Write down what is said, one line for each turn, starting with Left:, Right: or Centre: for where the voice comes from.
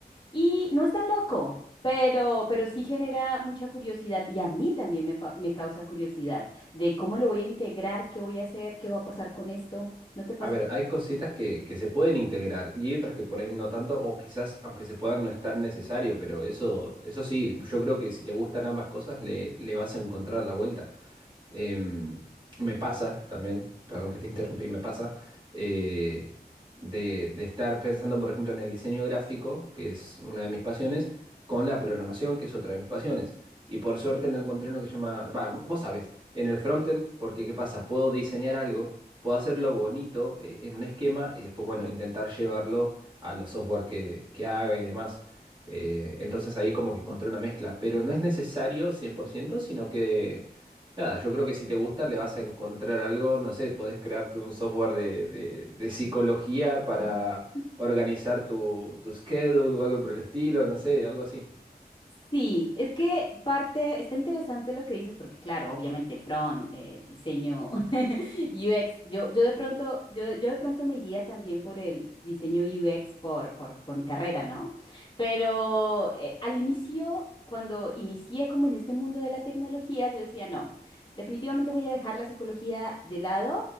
Left: Y no es tan loco, pero, pero sí genera mucha curiosidad y a mí también me, pa- me causa curiosidad de cómo lo voy a integrar, qué voy a hacer, qué va a pasar con esto. ¿No te pasa?
Right: A ver, hay cositas que, que se pueden integrar y hay otras que por ahí no tanto, o quizás aunque se puedan no es tan necesario, pero eso, eso sí, yo creo que si te gustan ambas cosas le, le vas a encontrar la vuelta. Em, me pasa también, perdón que te interrumpí, me pasa eh, de, de estar pensando, por ejemplo, en el diseño gráfico, que es una de mis pasiones, con la programación, que es otra de mis pasiones. Y por suerte lo encontré en lo que se llama, va, v- vos sabés, en el frontend, porque ¿qué pasa? Puedo diseñar algo, puedo hacerlo bonito eh, en un esquema y después, bueno, intentar llevarlo a los software que, que haga y demás. Eh, entonces ahí como que encontré una mezcla, pero no es necesario 100% sino que Nada, yo creo que si te gusta le vas a encontrar algo, no sé, podés crearte un software de, de- de psicología para
Left: <laughs>
Right: organizar tu, tu schedule o algo por el estilo, no sé, algo así.
Left: Sí, es que parte, está interesante lo que dices, porque claro, obviamente front, eh, diseño <laughs> UX, yo, yo de pronto, yo, yo de pronto me iría también por el diseño UX por, por, por mi carrera, ¿no? Pero eh, al inicio, cuando inicié como en este mundo de la tecnología, yo decía, no, definitivamente voy a dejar la psicología de lado